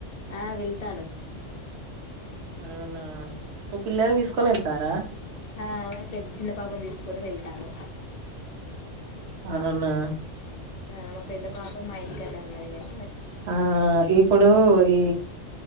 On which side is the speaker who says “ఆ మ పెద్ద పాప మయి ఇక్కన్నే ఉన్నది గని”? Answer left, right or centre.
Left